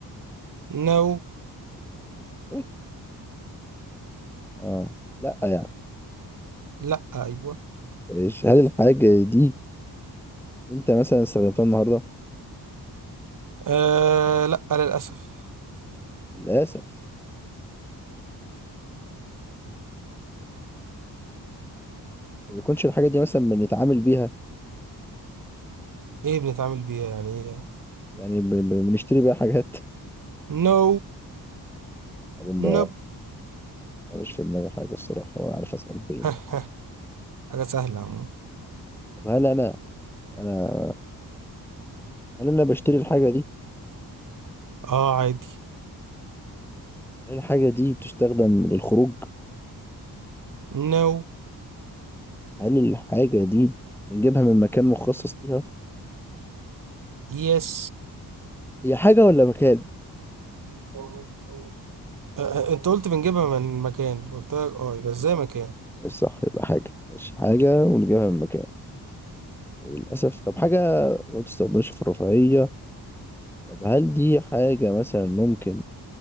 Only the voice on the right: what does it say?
نو
لا ايوه
آه لا للأسف
ايه بنتعامل بيها يعني ايه يعني؟
نو
نب
<laughs> حاجة سهلة عمو
اه عادي
نو
يس
آه آه، انت قلت بنجيبها من مكان قلت لك اه يبقى ازاي مكان